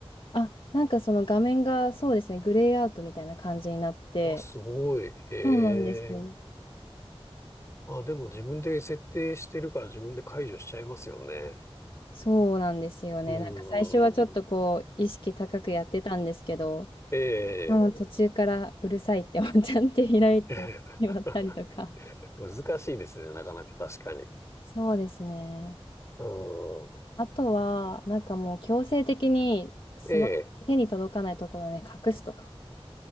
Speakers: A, on the left; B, on the left.
A: あ、なんかその画面がそうですね、グレーアウトみたいな感じになって、
B: あ、すごい。ええ。
A: そうなんですよ。
B: あ、でも自分で設定してるから自分で解除しちゃいますよね。
A: そうなんですよね。
B: うーん。
A: なんか最初はちょっとこう、意識高くやってたんですけど、
B: え
A: もう途中からうるさいってワンちゃんって開いてしまったりとか。
B: え。<laughs> 難しいですね、なかなか確かに。
A: そうですね。
B: うん。
A: あとは、なんかもう強制的にスマホ手に届かないところで隠すとか
B: ええ、